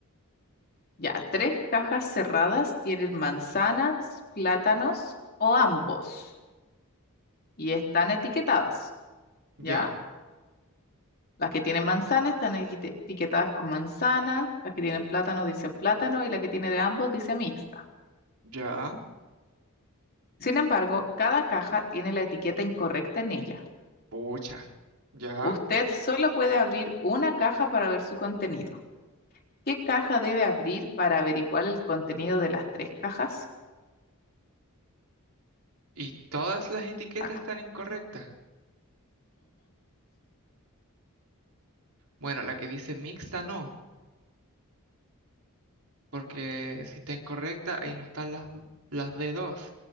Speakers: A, on the left; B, on the right.
A: Ya, tres cajas cerradas tienen manzanas, plátanos o ambos y están etiquetadas, ¿ya?
B: Ya,
A: Las que tienen manzana están etiquete- etiquetadas con manzana, las que tienen plátanos dicen plátano y la que tiene de ambos dice mixta.
B: ya.
A: Sin embargo, cada caja tiene la etiqueta incorrecta en ella.
B: Pucha, ya.
A: Usted solo puede abrir una caja para ver su contenido. ¿Qué caja debe abrir para averiguar el contenido de las tres cajas?
B: Y todas las etiquetas
A: La caja.
B: están incorrectas. Bueno, la que dice mixta no, porque si está incorrecta, ahí no están las, las de dos.